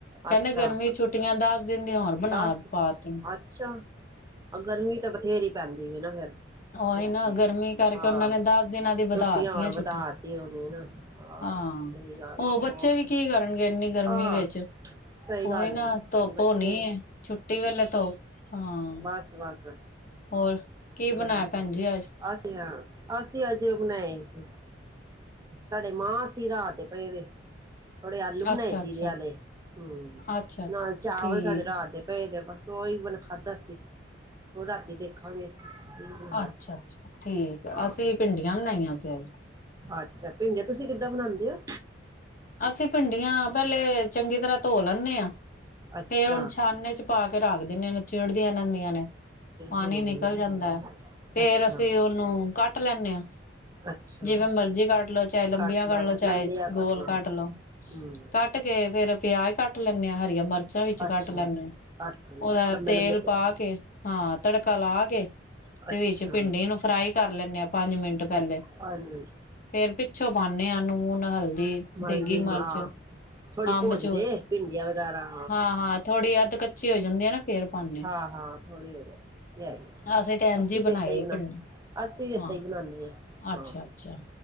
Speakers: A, on the left; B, on the right.
A: ਕਹਿੰਦੇ
B: ਅੱਛਾ
A: ਗਰਮੀ ਛੁੱਟੀਆਂ ਦਸ ਦਿਨ ਦੀ ਹੋਰ ਬਣਾ
B: ਦਸ
A: ਪਾ ਤ
B: ਅੱਛਾ ਗਰਮੀ ਤਾਂ ਬਥੇਰੀ ਪੈਂਦੀ ਹੈ ਨਾ ਫਿਰ।
A: ਉਹੀ
B: ਤੇ ਆ
A: ਨਾ ਗਰਮੀ ਕਰਕੇ
B: ਆਹ
A: ਉਹਨਾਂ ਨੇ ਦਸ ਦਿਨਾਂ ਦੀ
B: ਛੁੱਟੀਆਂ
A: ਵਧਾਤੀਆਂ
B: ਹੋਰ
A: ਛੁੱਟੀਆਂ
B: ਵਧਾ ਤੇ ਉਹਨ ਨਾ।
A: ਹਾਂ
B: ਸੀ ਰਾਜ
A: ਉਹ ਬੱਚੇ
B: ਹੋਰ
A: ਵੀ ਕੀ ਕਰਨਗੇ ਇੰਨੀ ਗਰਮੀ
B: ਆਹ
A: ਵਿੱਚ।
B: ਸਹੀ
A: ਉਹੀ
B: ਗੱਲ
A: ਨਾ
B: ਏ
A: ਧੁੱਪ
B: ਬੱਚੇ
A: ਹੋਣੀ ਹੈ ਛੁੱਟੀ ਵੇਲੇ ਧੁੱਪ ਹਾਂ।
B: ਬਸ ਬਸ
A: ਹੋਰ। ਕੀ ਬਣਾਇਆ
B: ਗਰਮੀ
A: ਭੈਣ
B: ਬੜੀ
A: ਜੀ ਅੱਜ
B: ਅਸੀ ਹਾਂ। ਅਸੀਂ ਅੱਜ ਬਣਾਏ ਸੀ-ਸੀ ਸਾਡੇ ਮਾਂ ਅਸੀ ਰਾਤ ਦੇ ਪਏ ਦੇ ਥੋੜੇ ਆਲੂ ਬਣਾਏ
A: ਅੱਛਾ-ਅੱਛਾ,
B: ਜੀਰੇ ਵਾਲੇ ਹਮ
A: ਅੱਛਾ-ਅੱਛਾ
B: ਨਾਲ ਚਾਵਲ
A: ਠੀਕ।
B: ਸਾਡੇ ਰਾਤ ਦੇ ਪਏ ਦੇ ਸੋਈਵਨ ਖਾਧਾ ਸੀ ਉਹ ਰਾਤੀ ਦੇਖਾਂਗੇ। ਬਣਾਣਾ
A: ਅੱਛਾ-ਅੱਛਾ ਠੀਕ ਆ ਅਸੀਂ
B: ਆਹ
A: ਭਿੰਡੀਆਂ ਬਣਾਈਆਂ ਸੀ।
B: ਅੱਛਾ ਭਿੰਡੀਆਂ ਤੁਸੀਂ ਕਿੱਦਾਂ ਬਣਾਉਦੇ ਹੋ।
A: ਅਸੀਂ ਭਿੰਡੀਆਂ ਪਹਿਲੇ ਚੰਗੀ ਤਰ੍ਹਾਂ ਧੋ ਲੈਂਦੇ ਹਾਂ।
B: ਅੱਛਾ
A: ਫੇਰ ਹੁਣ ਛਾਨੇ ਚ ਪਾ ਕੇ ਰੱਖ ਦਿੰਨ <unintelligible> ਚਿੜਦੀ ਇਹਨਾਂ ਨ ਨੇ ਪਾਣੀ
B: ਹੂੰ
A: ਨਿਕਲ ਜਾਂਦਾ ਫੇਰ
B: ਅੱਛਾ
A: ਅਸੀਂ ਉਹਨੂੰ ਕੱਟ ਲੈਂਦੇ ਹਾਂ।
B: ਅੱਛਾ
A: ਜਿਵੇਂ ਮਰਜੀ ਕੱਟ ਲਓ ਚਾਹੇ ਲੰਬੀਆਂ
B: ਕੱਟ ਲਾ
A: ਕੱਢ ਲ ਲੋ ਚਾਹੇ
B: ਲੰਬੀਆਂ ਕੱਟਣਾ
A: ਗੋਲ। ਕੱਟ ਲਓ
B: ਹੂੰ
A: ਕੱਟ ਕੇ ਫੇਰ ਪਿਆਜ ਕੱਟ ਲੈਂਦੇ ਹਾਂ ਹਰੀਆਂ ਮਿਰਚਾਂ ਮਚਾਂ ਵਿੱਚ
B: ਅੱਛਾ
A: ਕੱਟ ਲੈਂਦੇ
B: ਕੱਟ
A: ਹ।
B: ਲੈਣੀਆਂ
A: ਉਹਦਾ
B: ਲੰਬੇ
A: ਤੇਲ
B: ਲੰਬੇ ਪਿਆਜ
A: ਪਾ ਕੇ ਹਾਂ ਤੜਕਾ ਲਾ ਕੇ ਤੇ
B: ਅੱਛਾ
A: ਵਿੱਚ ਭਿੰਡੀ ਨੂੰ ਫਰਾਈ ਕਰ ਲੈਂਨ ਆਾਂ ਪੰਜ ਮਿੰਟ ਪਹਿਲੇ
B: ਪੰਜ ਮਿੰਟ
A: ਫੇਰ ਪਿੱਛੋਂ ਪਾਉਦੇ ਹਾਂ ਨੂਨ ਹਲਦੀ।
B: ਮਲਦੀ
A: ਦੇਗੀ ਮਿਰਚ
B: ਮਾਂ ਥੋੜੀ
A: ਆਮ
B: ਭੁੱਜ
A: ਮਚੂਰ
B: ਜੇ ਭਿੰਡੀਆਂ ਵਗੈਰਾ
A: ਹਾਂ ਹਾਂ ਥੋੜ੍ਹੀ ਅਧ। ਕੱਚੇ ਹੋ ਜਾਂਦੇ ਹੈ ਨਾ। ਫੇਰ ਪਾਨੇ
B: ਹਾਂ ਹਾਂ ਥੋੜੀ ਹੋ ਜਾ ਤੇ ਹੈ
A: ਅਸੀਂ ਤੇ ਇੰਝ
B: ਅੱਸੀ
A: ਈ ਬਣਾਈ
B: ਏਦਾਂ
A: ਦੀ
B: ਹੀ ਬਣਾ
A: ਭਿੰਡੀ
B: ਅਸੀਂ ਵੀ ਏਦਾਂ
A: ਹਾਂ
B: ਹੀ ਬਣਾਉਾਨਦੇ
A: ਅੱਛਾ-ਅੱਛਾ
B: ਹਾਂ।